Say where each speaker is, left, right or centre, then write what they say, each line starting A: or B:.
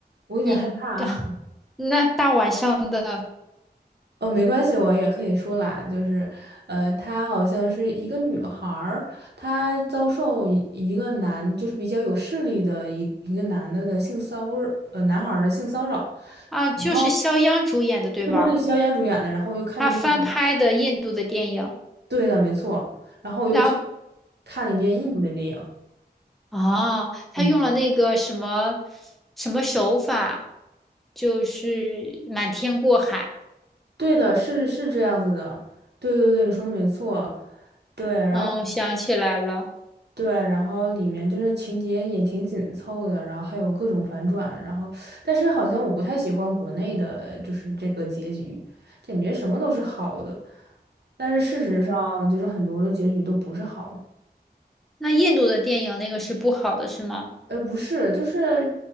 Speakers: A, on the right; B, in the centre.
A: 我有点害怕。
B: 你 <laughs> 那大晚上的
A: 哦，没关系，我也可以说啦，就是，呃，她好像是一个女孩儿，她遭受一一个男，就是比较有势力的一一个男的的性骚扰，呃，男孩儿的性骚扰。
B: 啊，就是肖央主演的，
A: 然后，
B: 对吧？
A: 对对对，肖央主演的，然后我又看了一遍，
B: 他翻拍的印度的电影，
A: 对的，没错，然后我又去
B: 然后
A: 看了一遍印度的电影，
B: 啊，他用了那个什么
A: 嗯，
B: 什么手法，就是瞒天过海。
A: 对的，是是这样子的，对对对，你说的没错，对，然后。
B: 嗯，我想起来了。
A: 对，然后里面就是情节也挺紧凑的，然后还有各种反转，然后但是好像我不太喜欢国内的，就是这个结局，感觉什么都是好的，但是事实上就是很多的结局都不是好的
B: 嗯，那印度的电影那个是不好的，是吗？
A: 呃，不是，就是